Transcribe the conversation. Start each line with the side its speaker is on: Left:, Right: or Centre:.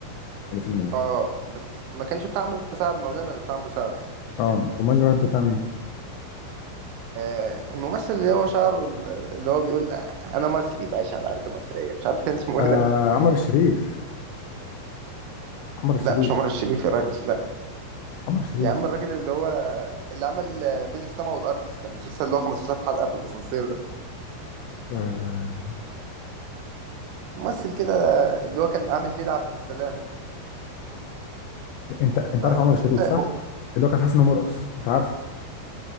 Left: الفيلم ده
Right: اه بس ما كانش بتاع عمرو سعد مولانا اللي بتاع عمرو سعد
Left: اه امال الرهب ده بتاع مين
Right: آه الممثل اللي هو شعره ال- اللي هو بيقول انا مصري بعيش على ارض مصريه مش عارف كان اسمه
Left: آه
Right: ايه ده
Left: عمر الشريف عمر الشريف
Right: لا مش عمر الشريف يا راجل لا
Left: عمر الشريف
Right: يا عم الراجل اللي هو اللي عمل آه، بين السماء والارض كان مسلسل اللي هو 15 حلقه في الاسانسير ده
Left: آه
Right: ممثل كده اللي هو كان عامل ليلى عبد السلام
Left: انت انت
Right: تعرفوش
Left: عارف عمر الشريف
Right: انت آه،
Left: صح؟ اللي هو كان في حسن ومرقص انت عارفه